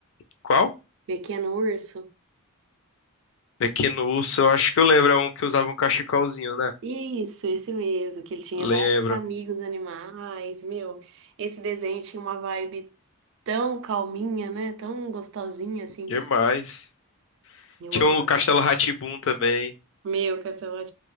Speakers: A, on the left; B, on the right.
A: Qual?
B: Pequeno Urso?
A: Pequeno Urso, eu acho que eu lembro, é um que usava um cachecolzinho, né?
B: Isso, esse mesmo, que ele tinha vários
A: Lembro.
B: amigos animais. Meu, esse desenho tinha uma vibe tão calminha, né? Tão gostosinha, assim,
A: Demais.
B: de assistir. Eu
A: Tinha
B: amava.
A: um Castelo rá também.
B: Meu, Castelo rá